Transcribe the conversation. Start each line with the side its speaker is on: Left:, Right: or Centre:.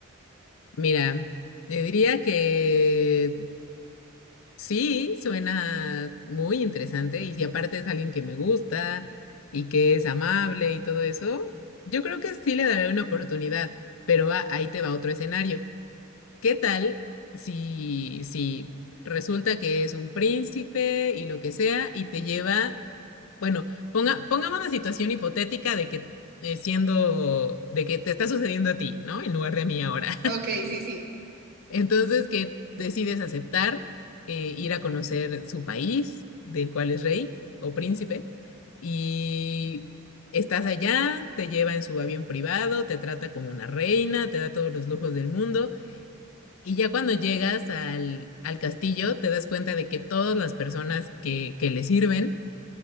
Left: Mira, te diría que sí, suena muy interesante y si aparte es alguien que me gusta y que es amable y todo eso, yo creo que sí le daré una oportunidad, pero ah, ahí te va otro escenario. ¿Qué tal si, si resulta que es un príncipe y lo que sea y te lleva, bueno, ponga, pongamos la situación hipotética de que eh, siendo, de que te está sucediendo a ti, ¿no? En lugar de a mí ahora. <laughs>
Right: Ok, sí, sí.
Left: Entonces, que decides aceptar eh, ir a conocer su país, del cual es rey o príncipe, y estás allá, te lleva en su avión privado, te trata como una reina, te da todos los lujos del mundo, y ya cuando llegas al, al castillo, te das cuenta de que todas las personas que, que le sirven